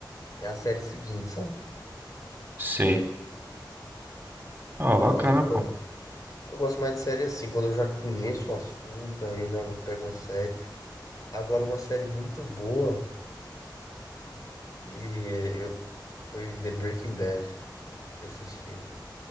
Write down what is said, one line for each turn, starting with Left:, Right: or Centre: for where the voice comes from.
Left: é a série seguinte, sabe?
Right: Sei. Ó,
Left: Aí,
Right: bacana, pô.
Left: pô. Eu gosto mais de série assim, quando eu já conheço o assunto, aí eu já pego uma série. Agora, uma série muito boa que eu... foi The Breaking Bad, que eu assisti.